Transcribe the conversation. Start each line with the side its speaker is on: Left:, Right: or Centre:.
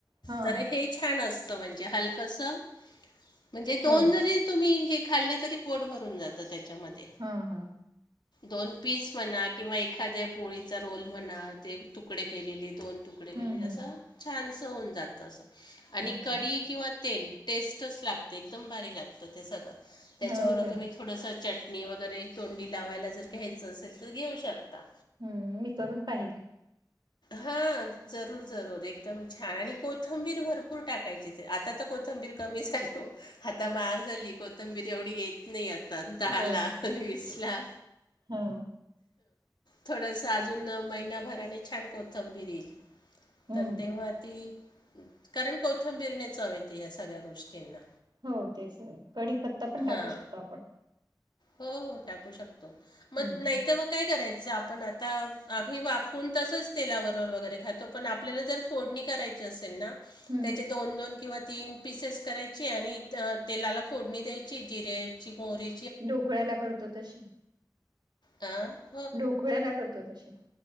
Right: हां
Left: तर हे छान असतं म्हणजे हलकसं म्हणजे दोन
Right: हो
Left: जरी तुम्ही हे खाल्ले तरी पोट भरून जातं त्याच्यामध्ये.
Right: हा हा
Left: दोन पीस म्हणा किंवा एखाद्या पोळीचा रोल म्हणा, ते तुकडे केलेले दोन तुकडे कडे
Right: हं
Left: केले
Right: हं
Left: जसं छानसं होऊन जातं असं आणि
Right: अच्छा
Left: कढी किंवा तेल टेस्टच लागते, एकदम भारी लागतं ते सगळं त्याच्यावर
Right: हो का
Left: तुम्ही थोडंसं चटणी वगैरे तोंडी लावायला, जर घ्यायचं असेल तर घेऊ शकता.
Right: हम्म मी करून पाहिल.
Left: हा जरूर जरूर एकदम छान आणि कोथंबीर भरपूर टाकायची आता तर कोथंबीर कमी झालं, आता महाग झाली कोथंबीर एवढी य नाही आता दहा
Right: हो
Left: ला आणि वीस ला
Right: हो
Left: थोडस अजून महिनाभराने छान कोथंबीर येईल.
Right: हं
Left: तर तेव्हा ती कारण कोथंबिरनेच चव येते या सगळ्या गोष्टींना
Right: हो तेच नी कढीपत्ता पण
Left: हां
Right: टाकू शकतो आपण.
Left: हो हो टाकू शकतो, मग
Right: हं
Left: नाही
Right: हं
Left: तर मग काय करायचं आपण आता आम्ही वाफवून तसंच तेला बरोबर पण आपल्याला जर फोडणी करायची असे
Right: हं
Left: त्या दोन दोन किंवा तीन पिसेस करायची आणि तेलाला फोडणी द्यायची जिरेची, मोहरी
Right: ढोकळ्याला करतो तशी.
Left: अं
Right: ढोकळ्याला करतो तशी.